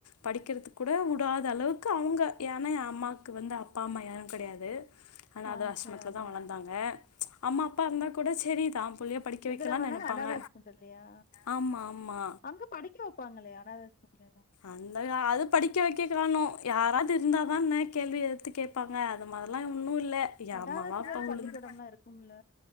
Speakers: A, on the left (about 80°); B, on the left (about 40°).
A: படிக்கிறது கூட விடாத அளவுக்கு அவங்க ஏன்னா என் அம்மாவுக்கு வந்து அப்பா அம்மா யாரும் கிடையாது ஆனாத
B: ஆ,
A: ஆசிரமத்துல
B: சரி. ஆமா.
A: தான் வளர்ந்தாங்க அம்மா அப்பா இருந்தா கூட செரிதா நல்ல படிக்க
B: எதுல
A: வைக்கலாம்
B: வந்தாங்க?
A: நினைப்பாங்க
B: அனாதை ஆஸ்பத்திரிலயா?
A: ஆம் ஆம்மா
B: அங்க படிக்க வைப்பாங்களல்லே அனாத அசிரமம்
A: அந்த அது படிக்க வைக்க காணும் யாராவது இருந்த தான் கேள்வி எடுத்து கேட்பாங்க அது மாதிரல்லாம் ஓன்னும் இல்ல என்
B: அனாதை
A: அம்மாவா
B: ஆஸ்பத்திரில
A: அப்பா
B: பள்ளிக்கூடம்லாம்
A: உளுந்து
B: இருக்கும்ல?